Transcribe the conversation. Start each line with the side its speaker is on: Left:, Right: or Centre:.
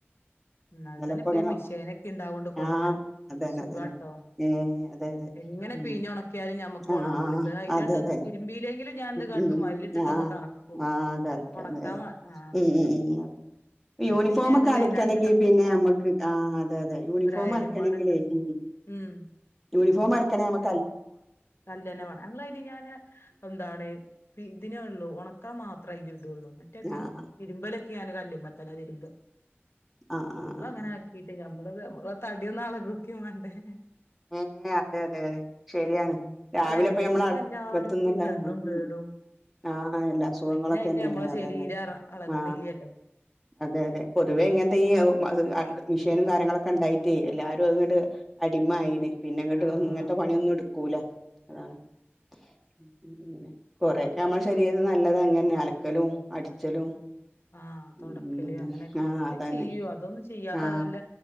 Left: ന്നാൽ
Centre: ഇന്നലെപ്പോ
Left: തന്നെ ഇപ്പോ
Centre: ഇങ്ങനെ
Left: ഈ മിഷ്യേനൊക്കെ ഇണ്ടാവോണ്ട് കൊറെ
Centre: ആഹ് അതന്നെ
Left: സുഖാട്ടോ.
Centre: അതന്നെ ഏഹ് അതെ അതെ
Left: എങ്ങനെ
Centre: ഉം
Left: പിഴിഞ്ഞ് ഒണക്കിയാലും ഞമ്മക്ക്
Centre: ആഹ്
Left: ഒണങ്ങൂല.
Centre: ആഹ്
Left: ഇത് അതിലണ്ട്
Centre: അതെ അതെ
Left: തിരുമ്പിയില്ലെങ്കിലും ഞാൻ എന്ത് കാട്ടും
Centre: ഉം
Left: അതിലിട്ടിട്ട്
Centre: ആഹ്
Left: ഒന്ന് കറക്കും.
Centre: ആഹ് കറക്റ്റ്
Left: ഒണക്കാൻ
Centre: അതെ അതെ
Left: വേ ആ
Centre: ഉം ഉം ഉം
Left: ന്ന
Centre: യൂണിഫോം
Left: പിന്നെ
Centre: ഒക്കെ
Left: ങ്ങള്
Centre: അലക്കണെങ്കി
Left: വൈന്നേര
Centre: പിന്നെ നമ്മക്ക് ആ അതെയതെ. യൂണിഫോം
Left: ഒരു അയലുമ്മണ്ടിട്ട്
Centre: അലക്കണങ്കിലേ ഉം
Left: ഉം
Centre: യൂണിഫോം അലക്ക്ണേ നമ
Left: കല്ലന്നെ വേണം. ഞങ്ങള് അതിന്നാല് ഞാന് എന്താണ് ഇതിനേള്ളൂ ഒ ക്കാ മാത്രേ അതിലിടോള്ളൂ. മറ്റൊക്കെ
Centre: ആഹ്
Left: ഇരുമ്പല് ഞാന് കല്ലുമ്മത്തനെ തിരുമ്പ
Centre: ആഹ്
Left: ഫുള്ള്
Centre: ആഹ്
Left: അങ്ങനെയാക്കീട്ട്
Centre: ആഹ്
Left: ഞമ്മള്ത് ഞമ്മള തടിയൊന്നാളകൊക്കേം വേം <unintelligible>
Centre: ഉമ്മ് അതെ അതേ അതെ. ശെരിയാണ്.
Left: ഉം
Centre: രാവിലെ
Left: ഇപ്പല്ലേ
Centre: ഇപ്പ ഞമ്മൾ
Left: എല്ലാർക്കും
Centre: <unintelligible>
Left: ദണ്ണും കേടും
Centre: ആ എല്ലാ സുഖങ്ങളൊക്കെന്നെയാണ്.
Left: മെയിനായിട്ട് നമ്മളെ
Centre: അതന്നെ
Left: ശരീരം അളകണില്ലല്ലോ
Centre: ആ അതെയതെ പൊതുവെ ഇങ്ങനെ വെയ്യ ഉം അത് മിഷ്യേനും കാര്യങ്ങളൊക്കെ ഉണ്ടായിട്ടേ എല്ലാരും അങ്ങ്ട്
Left: ഉം
Centre: അടിമായി. പിന്നെ അങ്ങട്ട്
Left: ആഹ്
Centre: ഇങ്ങനത്തെ പണിയൊന്നും എടുക്കൂല അതാണ്.
Left: ഉം
Centre: ഉം ഉം ഉം കൊറെയൊക്കെ നമ്മുടെ ശരീരത്തിനല്ലത് അങ്ങനന്നേ അലക്കലും അടിച്ചലും
Left: ആ തൊടക്കല്
Centre: ഉം
Left: അങ്ങനെയൊക്കെ
Centre: ആ
Left: എപ്പഴും
Centre: അതന്നെ
Left: ചെയ്യും അതൊന്നും ചെയ്യാത്തതല്ല
Centre: ആ